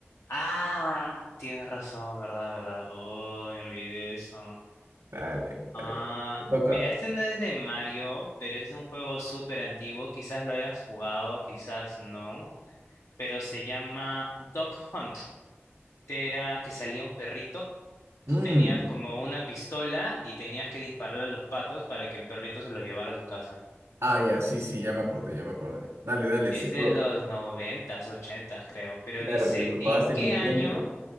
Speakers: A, on the left; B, on the right.
A: Ah, tienes razón, verdad, verdad. Oh, me olvidé eso.
B: Dale,
A: Ah,
B: te toca.
A: mira, este no es de Mario, pero es de un juego súper antiguo. Quizás lo hayas jugado, quizás no. Pero se llama Dog Hunt. Este Era que salía un perrito. tú
B: Mm.
A: tenías como una pistola y tenías que disparar a los patos para que el perrito se los llevara a su casa.
B: Ah, ya, sí, sí, ya me acordé, ya me acordé. Dale, dale,
A: Es
B: sí puedo.
A: de los noventas, ochentas, creo. Pero
B: Claro
A: dice,
B: que lo jugabas
A: ¿en qué
B: en Nintendo.
A: año?